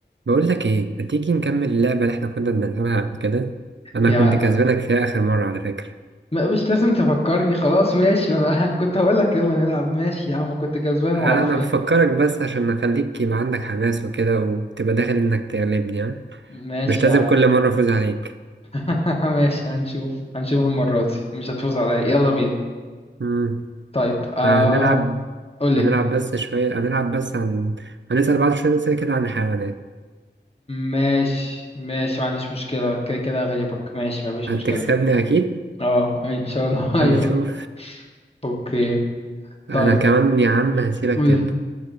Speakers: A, on the right (about 80°); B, on the left (about 30°).
A: بقول لك ايه ما تيجي نكمل اللعبه اللي احنا كنا بنلعبها قبل كده انا
B: يعني
A: كنت كسبانك فيها اخر مره على فكره
B: م- مش لازم تفكرني خلاص ماشي <laughs> انا كنت هقول لك يلا نلعب ماشي يا عم كنت كسبان
A: انا
B: وعارفين
A: انا بفكرك بس عشان اخليك يبقى عندك حماس وكده وتبقى داخل انك تغلبني ها
B: ماشي
A: مش لازم
B: يا عم
A: كل مره افوز عليك
B: <laughs> ماشي هنشوف هنشوف المرة دي مش هتفوز عليا يلا
A: آه.
B: بينا
A: مم.
B: طيب آم...
A: هنلعب
B: قولي
A: هنلعب بس شويه هنلعب بس عن هنسال بعض شويه اسئله كده عن الحيوانات
B: ماشي ماشي ما عنديش مشكلة كده كده هغلبك ماشي ما فيش
A: هتكسبني
B: مشكلة
A: اكيد
B: اه ان شاء الله <laughs>
A: هنشوف
B: ايوه اوكي
A: انا
B: طيب
A: كمان يا عم هسيبك
B: قولي
A: تبدا